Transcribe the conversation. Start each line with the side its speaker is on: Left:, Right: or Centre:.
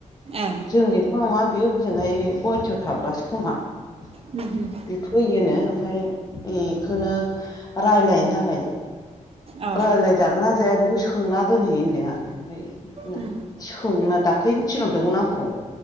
Right: ए
Left: जोंनिथ' नङा बेयो हजोंहाय गुवाहाटियाव थाग्रासो खोमा बे
Right: उम उम
Left: फैयोनो ओमफ्राय इखौनो रायलायनो थाखाय
Right: औ
Left: रायलायजागोन ना जाया बेखौ सोंना दोनहै होनदों आरो ओमफ्राय
Right: उम
Left: सोंना दाख्लैनो थिनहरदोंमोन आंखौ।